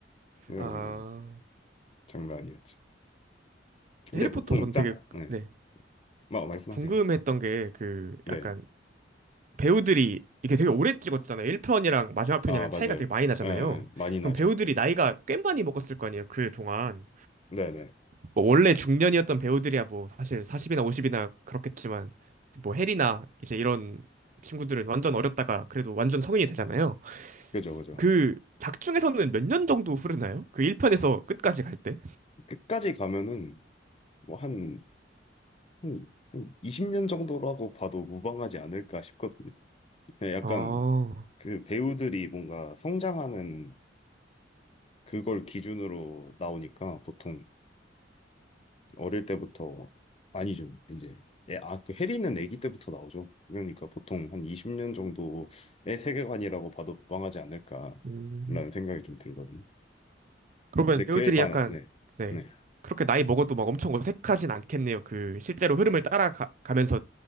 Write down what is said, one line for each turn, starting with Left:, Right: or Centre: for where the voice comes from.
Left: 그래가지고
Right: 아,
Left: 장난 아니었죠. 근데
Right: 해리포터
Left: 보통
Right: 전
Left: 짠,
Right: 되게
Left: 네,
Right: 네,
Left: 막 말씀하세요.
Right: 궁금했던 게 그
Left: 네,
Right: 약간 배우들이 이게 되게 오래 찍었잖아요. 1편이랑 마지막 편이랑
Left: 아 맞아요.
Right: 차이가 되게 많이 나잖아요.
Left: 예, 예, 많이 나죠.
Right: 그럼 배우들이 나이가 꽤 많이 먹었을 거 아니에요, 그 동안.
Left: 네네,
Right: 뭐 원래 중년이었던 배우들이야 뭐 사실 40이나 50이나 그렇겠지만 뭐 해리나 이제 이런 친구들은 완전 어렸다가 그래도 완전 성인이 되잖아요.
Left: 그죠, 그죠.
Right: 그 작중에서는 몇 년 정도 흐르나요? 그 1편에서 끝까지 갈 때?
Left: 끝까지 가면은 뭐 한, 한, 한 20년 정도라고 봐도 무방하지 않을까 싶거든요. 예, 약간
Right: 아,
Left: 그 배우들이 뭔가 성장하는 그걸 기준으로 나오니까 보통 어릴 때부터 아니죠. 이제 예, 아, 그 해리는 아기 때부터 나오죠. 그러니까 보통 한 20년 정도의 세계관이라고 봐도 무방하지 않을까라는
Right: 음.
Left: 생각이 좀 들거든요.
Right: 그러면
Left: 근데
Right: 배우들이
Left: 그에 반,
Right: 약간
Left: 네,
Right: 네
Left: 네,
Right: 그렇게 나이 먹어도 막 엄청 어색하진 않겠네요. 그 실제로 흐름을 따라가면서